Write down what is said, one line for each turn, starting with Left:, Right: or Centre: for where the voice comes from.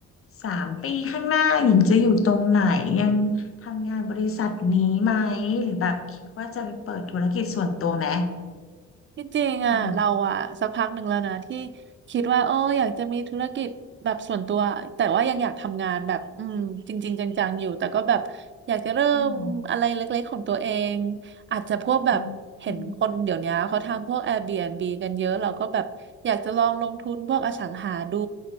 Left: สามปีข้างหน้าหญิงจะอยู่ตรงไหนยังทำงานบริษัทนี้ไหมหรือแบบคิดว่าจะเปิดธุรกิจส่วนตัวไหม
Right: ที่จริงอ่ะเราอ่ะสักพักหนึ่งแล้วนะที่
Left: อืม
Right: คิดว่าเอออยากจะมีธุรกิจแบบส่วนตัวแต่ว่ายังอยากทำงานแบบอืมจริงๆจังๆอยู่แต่ก็แบบอยากจะเริ่มอะไรเล็กๆของตัวเอง
Left: อืม
Right: อาจจะพวกแบบเห็นคนเดี๋ยวนี้เขาทำพวก
Left: อืมอืม
Right: Airbnb กันเยอะเราก็แบบอยากจะลองลงทุนพวกอสังหาดู